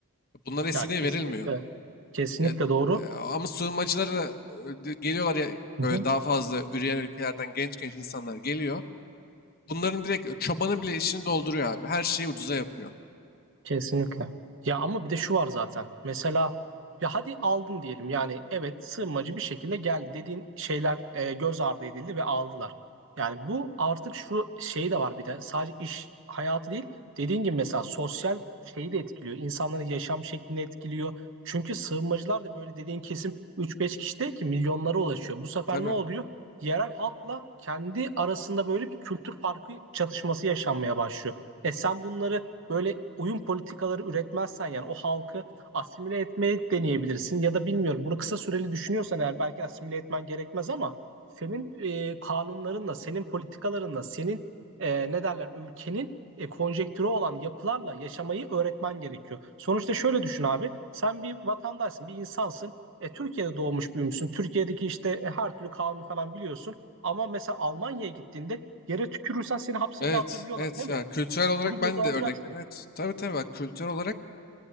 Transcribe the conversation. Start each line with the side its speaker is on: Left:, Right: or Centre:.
Left: Bunlara istediği
Right: Ya kesinlikle,
Left: verilmiyor.
Right: kesinlikle
Left: Ya,
Right: doğru.
Left: e, ama sığınmacılar da, e, geliyorlar ya
Right: Hı
Left: böyle
Right: hı.
Left: daha fazla üreyen ülkelerden genç genç insanlar geliyor. Bunların direkt e, çobanı bile işini dolduruyor abi. Her şeyi ucuza yapıyor.
Right: Kesinlikle. Ya ama bir de şu var zaten. Mesela ya hadi aldın diyelim. Yani evet sığınmacı bir şekilde geldi dediğin şeyler e, göz ardı edildi ve aldılar. Yani bu artık şu şey de var bir de sadece iş hayatı değil. Dediğin gibi mesela sosyal şeyi de etkiliyor. İnsanların yaşam şeklini etkiliyor. Çünkü sığınmacılar da böyle dediğin kesim 3-5 kişi değil ki milyonlara ulaşıyor. Bu sefer
Left: Tabii.
Right: ne oluyor? Yerel halkla kendi arasında böyle bir kültür farkı çatışması yaşanmaya başlıyor. E sen bunları böyle uyum politikaları üretmezsen yani o halkı asimile etmeye deneyebilirsin ya da bilmiyorum bunu kısa süreli düşünüyorsan eğer belki asimile etmen gerekmez ama senin e, kanunlarınla, senin politikalarınla, senin e, ne derler ülkenin e, konjektürü olan yapılarla yaşamayı öğretmen gerekiyor. Sonuçta şöyle düşün abi, sen bir vatandaşsın, bir insansın. E, Türkiye'de doğmuş büyümüşsün. Türkiye'deki işte e, her türlü kanunu falan biliyorsun. Ama mesela Almanya'ya gittiğinde yere tükürürsen seni hapse
Left: Evet,
Right: bile atabiliyorlar
Left: evet
Right: değil
Left: ya
Right: mi?
Left: kültürel olarak
Right: Bunu göze
Left: ben
Right: alacaksın.
Left: de örnek veriyorum. Evet, tabii tabii bak kültürel olarak